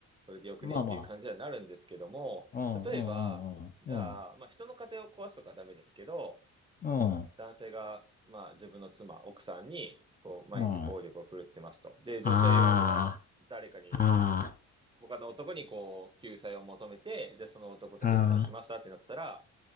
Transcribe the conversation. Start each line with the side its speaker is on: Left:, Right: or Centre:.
Right: それでよくねっていう感じにはなるんですけども、
Left: まあまあ。うん、
Right: 例えば、
Left: うん、
Right: じゃあ、
Left: うん、うん、
Right: まあ、人の家庭を壊すとかはダメですけど、
Left: うん、うん。
Right: 男性が、まあ、自分の妻、奥さんに、こう、毎日暴力を振るってますと。
Left: うん
Right: で、女性側は誰かに、
Left: ああ、あ
Right: 他の男にこう、救済を求めて、じゃあその男と結婚しましたってなったら、
Left: あ、あ